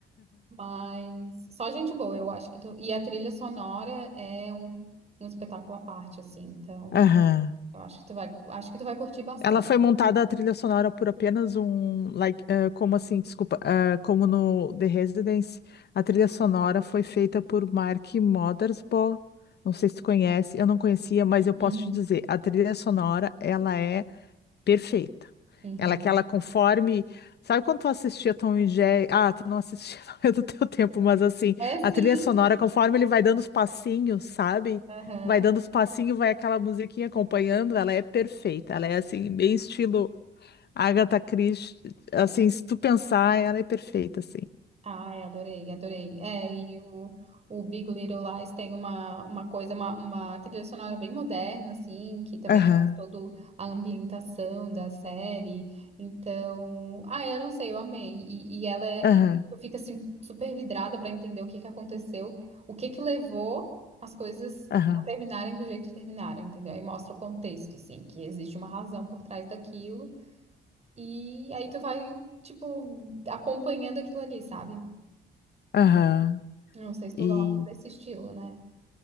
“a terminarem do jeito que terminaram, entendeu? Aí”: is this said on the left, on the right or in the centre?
Right